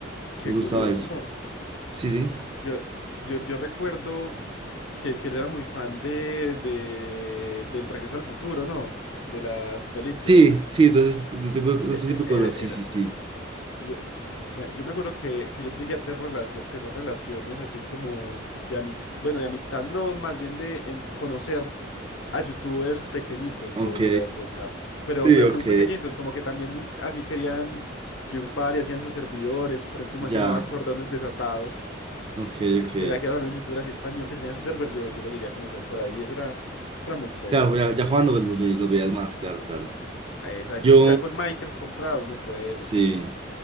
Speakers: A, on the left; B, on the right.
A: qué
B: Me gustaba
A: curioso,
B: eso.
A: ¿no?
B: Sí, sí.
A: Yo, yo, yo recuerdo que el que era muy fan de, de del Regreso al Futuro, ¿no? De las películas.
B: Sí, sí, entonces, este tipo de,
A: E-
B: este tipo
A: e-
B: de
A: Era,
B: cosas. Sí,
A: era-
B: sí, sí.
A: Sí, yo, ma- yo me acuerdo que, que yo llegué a tener, relacio- tener relaciones así como de amistad, bueno, de amistad no, más bien de en- conocer a youtubers pequeñitos
B: Ok.
A: de, de la época, pero,
B: Sí,
A: pero
B: ok.
A: muy pequeñitos, como que también eh, así querían triunfar y hacían sus servidores, por ejemplo, un
B: Ya.
A: man que llamaba Cordones Desatados,
B: Ok, ok.
A: que era, que era también un youtuber así español que tenía su server, yo, yo lo llegué a conocer por ahí, eso era, era muy chévere
B: Claro,
A: esa
B: ya,
A: práctica.
B: ya jugando pues, los, ve- los veías más, claro, claro.
A: Exacto,
B: Yo,
A: es que ya con Minecraft comprado uno puede,
B: sí.
A: uff,